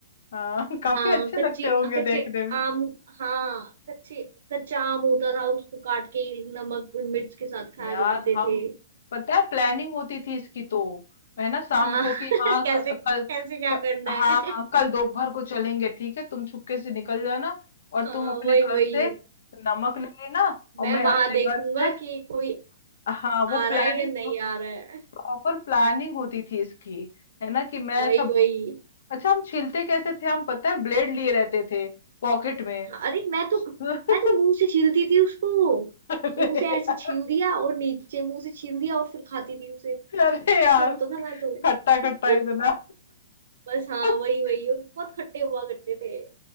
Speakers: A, on the left; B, on the right.
A: हाँ <laughs> काफी
B: हाँ
A: अच्छे
B: कच्ची
A: लगते होंगे
B: कच्चे
A: देखने में
B: आम हाँ कच्चे कच्चा आम होता था उसको काट के नमक मिर्च के साथ खाया
A: यार
B: करते
A: हम
B: थे
A: पता है प्लानिंग होती थी इसकी तो है ना शाम
B: हाँ
A: को कि
B: <laughs>
A: हाँ
B: कैसे
A: क,
B: कैसे
A: कल
B: क्या
A: क,
B: करना
A: हाँ
B: है
A: हाँ,
B: <laughs>
A: कल दोपहर को चलेंगे ठीक है तुम चुपके से निकल जाना और
B: हाँ
A: तुम अपने
B: वही
A: घर
B: वही
A: से नमक ले लेना और
B: मैं
A: मैं
B: वहां
A: अपने
B: देखूंगा
A: घर से
B: कि कोई
A: हाँ वो
B: आ रहा
A: प्लानिंग
B: है या नहीं आ रहा है
A: प्रॉपर प्लानिंग होती थी इसकी है ना कि मैं
B: वही
A: अच्छा
B: वही
A: अच्छा हम छीलते कैसे थे हम पता है ब्लेड लिए रहते थे पॉकेट में
B: हाँ, अरे मैं तो
A: <laughs>
B: मैं तो मुंह से छीलती थी उसको
A: अरे
B: मुंह
A: यार
B: से ऐसे छील दिया और नीचे मुंह से छील दिया और फिर खाती थी उसे
A: अरे यार
B: ऐसे होता था मैं तो
A: खट्टा
B: <laughs>
A: खट्टा इतना
B: बस हाँ
A: <laughs>
B: वही वही और बहुत खट्टे हुआ करते थे